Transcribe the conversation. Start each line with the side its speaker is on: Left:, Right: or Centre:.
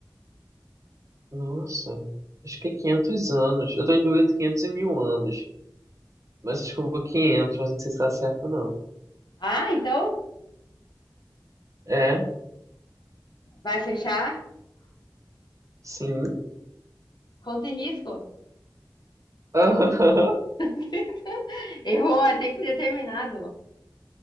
Right: Nossa, acho que é 500 anos. Eu tô em dúvida entre 500 e 1000 anos. Mas acho que eu vou 500. mas não sei se tá certo, não.
Left: Ah, então
Right: É,
Left: vai fechar?
Right: sim.
Left: Conta e risco.
Right: <laughs>
Left: <laughs> Errou, é tempo indeterminado.